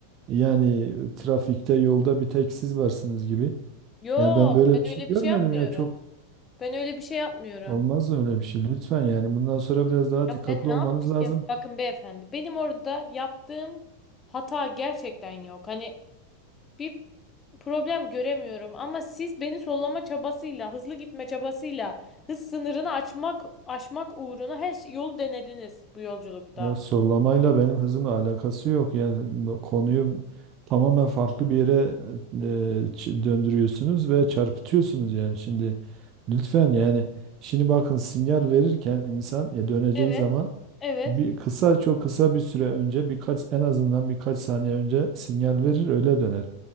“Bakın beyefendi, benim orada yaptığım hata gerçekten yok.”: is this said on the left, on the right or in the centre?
Left